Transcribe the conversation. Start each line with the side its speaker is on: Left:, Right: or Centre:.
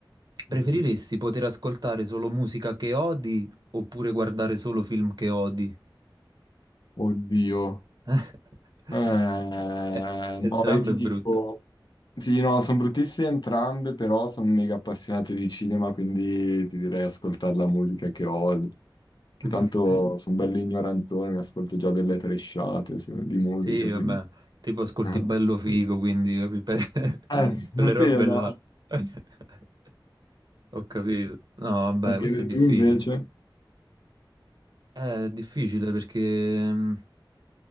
Right: Preferiresti
Left: Mhm.
Right: poter ascoltare solo musica che odi oppure guardare solo film che odi?
Left: Oddio.
Right: <laughs>
Left: Eh,
Right: Eh, Entrambe
Left: no, io ti dico,
Right: brutte.
Left: sì, no, sono bruttissime entrambe, però sono mega appassionato di cinema, quindi ti direi ascoltare la musica che odio, che
Right: <laughs>
Left: tanto sono bello ignorantone, mi ascolto già delle tresciate se- di musica,
Right: Sì, vabbè,
Left: quindi...
Right: tipo ascolti
Left: <laughs>
Right: bello figo, quindi capi? Per-
Left: Eh,
Right: <laughs> Quelle
Left: sì,
Right: robe
Left: no.
Right: là. <laughs> Ho capito. No, vabbè,
Left: Anche
Right: questo è difficile.
Left: tu invece?
Right: Eh, È difficile perché mm,